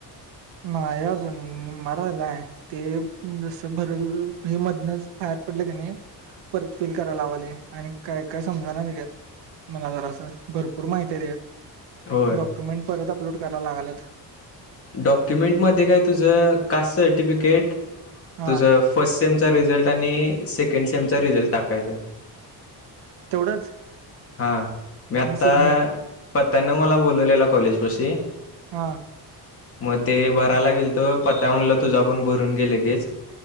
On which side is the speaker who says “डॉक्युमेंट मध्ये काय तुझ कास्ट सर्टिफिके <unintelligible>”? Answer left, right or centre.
Left